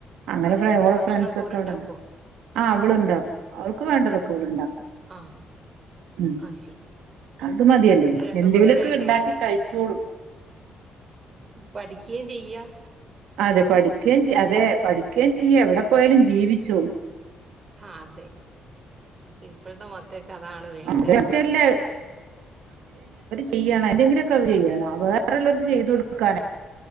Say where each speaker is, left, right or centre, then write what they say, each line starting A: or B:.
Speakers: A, on the right; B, on the right.
A: അങ്ങനെ ഓളെ
B: ഭക്ഷണൊക്കെ
A: ഫ്രണ്ട്സ് ഒക്കെ
B: ഓരുണ്ടാക്കോ
A: ഇവിടെണ്ട് ആ അവൾ ഉണ്ടാക്കും അവൾക്ക് വേണ്ടതൊക്കെ അവൾ ഉണ്ടാക്കും
B: ആഹ്
A: ഉം
B: അത് ശരി
A: അത് മതിയല്ലോ
B: അതോണ്ട് രണ്ട്
A: എന്തേലുമൊക്കെ
B: ഉപകാരായില്ലേ
A: ഉണ്ടാക്കി കഴിച്ചോളൂ
B: പഠിക്കുകയും ചെയ്യാം
A: അതെ പഠിക്കുകയും ചെയ അതെ പഠിക്കുകയും ചെയ്യ എവിടെ പോയാലും ജീവിച്ചോ
B: ആഹ് അതെ ഇപ്പോഴത്തെ മക്കൾക്ക് അതാണ് വേണ്ടത്
A: അത് മറ്റല്ല ചെയ്യാണ് എന്തെങ്കിലൊക്കെ ചെയ്യ അത് വേറെള്ളോർക്ക് ചെയ്തു കൊടുക്കാന്